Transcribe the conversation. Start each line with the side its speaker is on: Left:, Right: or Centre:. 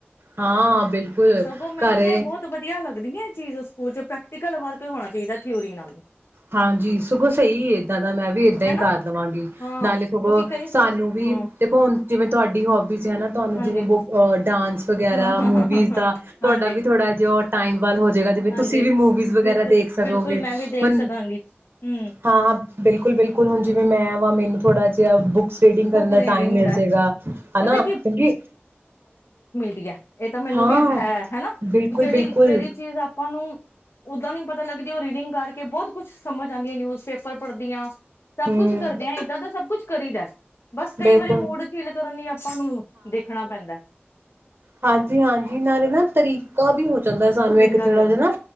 Right: ਹਾਂ, ਬਿਲਕੁਲ,
Left: ਸਗੋਂ ਮੈਨੂੰ
Right: ਘਰੇ
Left: ਤੇ ਬਹੁਤ ਵਧੀਆ ਚੀਜ਼ ਸਕੂਲ 'ਚ ਪ੍ਰੈਕਟੀਕਲ ਵਰਕ ਹੋਣਾ ਚਾਹੀਦਾ ਥਿਊਰੀ ਨਾਲ।
Right: ਹਾਂਜੀ ਸਗੋਂ ਸਹੀ ਐ ਏਦਾਂ ਦਾ, ਮੈਂ ਵੀ ਏਦਾਂ ਈ
Left: ਹਨਾ
Right: ਕਰ ਲਵਾਂਗੀ।
Left: ਹਾਂ
Right: ਨਾਲੇ
Left: ਕਿਉਂਕਿ
Right: ਸਗੋਂ
Left: ਕਈ ਸਕੂ
Right: ਸਾਨੂੰ ਵੀ
Left: ਹਾਂ
Right: ਦੇਖੋ ਹੁਣ ਜਿਵੇਂ ਤੁਹਾਡੀ ਹੋਬੀਜ਼ ਹੈ ਨਾ ਤੁਹਾਨੂੰ
Left: ਹਾਂਜੀ
Right: ਜਿਵੇਂ ਬੁ ਅਹ ਡਾਂ ਵਗੈਰਾ
Left: ਹਾਂ ਹਾਂ
Right: ਮੂਵੀਜ਼
Left: ਹਾਂ ਹਾਂ
Right: ਦਾ,
Left: ਹਾਂ
Right: ਤੁਹਾਡਾ
Left: ਹਾਂਜੀ
Right: ਵੀ ਥੋੜਾ ਜਿਹਾ ਉਹ ਟਾਈਮ ਵੱਲ ਹੋ ਜੇਗਾ, ਜਿਵੇਂ
Left: ਹਾਂਜੀ
Right: ਤੁਸੀਂ ਵੀ ਮੂਵੀਜ਼ ਵਗੈਰਾ
Left: ਬਿਲਕੁਲ
Right: ਦੇਖ ਸਕੋਗੇ।
Left: ਬਿਲਕੁਲ ਮੈਂ ਵੀ ਦੇਖ
Right: ਹੁਣ
Left: ਸਕਾਂਗੀ ਹਮ
Right: ਹਾਂ, ਬਿਲਕੁਲ ਬਿਲਕੁਲ। ਹੁਣ ਜਿਵੇਂ ਮੈਂ ਵਾਂ, ਮੈਨੂੰ ਥੋੜਾ ਜਿਹਾ ਬੁੱਕਸ ਰੀਡਿੰਗ
Left: ਬੁੱਕ
Right: ਕਰਨ ਦਾ
Left: ਰੀਡਿੰਗ
Right: ਟਾਈਮ ਮਿਲ
Left: ਦਾ
Right: ਜੇਗਾ,
Left: ਪਤਾ
Right: ਹਨਾ ਕਿਉਂਕਿ
Left: ਦੀਆ, ਇਹ ਤਾਂ ਮੈਨੂੰ
Right: ਹਾਂ
Left: ਵੀ ਹੈ, ਹਨਾ,
Right: ਬਿਲਕੁਲ-ਬਿਲਕੁਲ
Left: ਜਿਹੜੀ ਜਿਹੜੀ ਚੀਜ਼ ਆਪਾਂ ਨੂੰ ਉਦਾ ਨੀ ਪਤਾ ਲੱਗ ਤੇ ਉਹ ਰੀਡਿੰਗ ਕਰਕੇ ਬਹੁਤ ਕੁਛ ਸਮਝ ਆਂਦੀ ਏ, ਨਿਊਜ਼ਪੇਪਰ ਪੜ੍ਹਦੀ ਆਂ। ਸਭ
Right: ਹੂੰ
Left: ਕੁਛ ਕਰਦੇ ਆ, ਏਦਾਂ ਦਾ ਸਭ ਕੁੱਛ ਕਰੀ ਦਾ ਐ। ਬਸ ਕਈ
Right: ਬਿਲਕੁਲ
Left: ਵਾਰੀ ਮੂਡ ਚਿੱਲ ਕਰਨ ਲਈ ਆਪਾਂ ਨੂੰ ਦੇਖਣਾ ਪੈਂਦੈ।
Right: ਹਾਂਜੀ ਹਾਂਜੀ, ਨਾਲੇ ਨਾ ਤਰੀਕਾਂ ਵੀ ਹੋ ਜਾਂ, ਸਾਨੂੰ
Left: ਤਰੀਕਾ
Right: ਇੱਕ ਥੋੜਾ
Left: ਵੀ ਹੋ ਜਾਂਦਾ
Right: ਜਿਆ ਨਾ